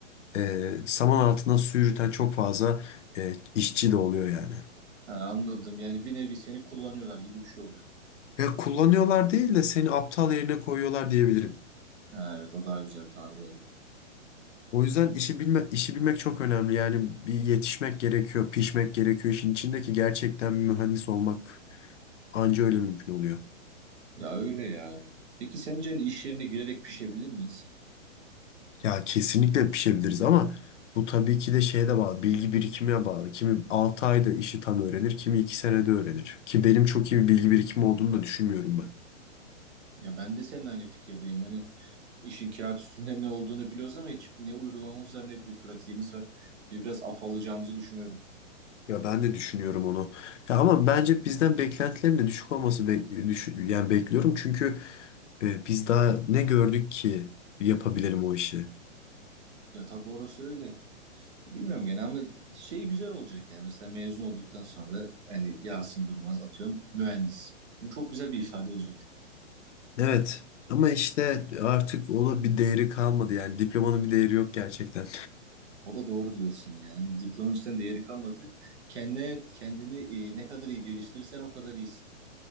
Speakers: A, on the left (about 70°); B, on the right (about 60°).
A: e, saman altından su yürüten çok fazla e, işçi de oluyor yani.
B: Ha, anladım. Yani bir nevi seni kullanıyorlar gibi bir şey oluyor.
A: Ya kullanıyorlar değil de seni aptal yerine koyuyorlar diyebilirim.
B: Ha, evet o daha güzel bir tabir oldu.
A: O yüzden işi bilme, işi bilmek çok önemli. Yani bir yetişmek gerekiyor, pişmek gerekiyor işin içindeki gerçekten bir mühendis olmak anca öyle mümkün oluyor.
B: Ya öyle ya. Peki sence hani iş yerine girerek pişebilir miyiz?
A: Ya kesinlikle pişebiliriz ama bu tabii ki de şeye de bağlı. Bilgi birikimine bağlı. Kimi 6 ayda işi tam öğrenir, kimi 2 senede öğrenir. Ki benim çok iyi bir bilgi birikimi olduğunu da düşünmüyorum ben.
B: Ya ben de seninle aynı fikirdeyim. Hani İşin kağıt üstünde ne olduğunu biliyoruz ama hiç ne uygulamamız var ne bir pratiğimiz var. Bir biraz afallayacağımızı düşünüyorum.
A: Ya ben de düşünüyorum onu. Ya ama bence bizden beklentilerin de düşük olması bek- düş- yani bekliyorum. Çünkü e, biz daha ne gördük ki yapabilelim o işi.
B: Ya tabii orası öyle. Bilmiyorum gene ama şey güzel olacak yani. Mesela mezun olduktan sonra hani Yasin Durmaz atıyorum mühendis. Bu çok güzel bir ifade olacak.
A: Evet ama işte artık ona bir değeri kalmadı yani diplomanın bir değeri yok gerçekten.
B: O da doğru diyorsun yani. Diplomanın cidden değeri kalmadı. Kendine, kendini e, ne kadar iyi geliştirirsen o kadar iyisin.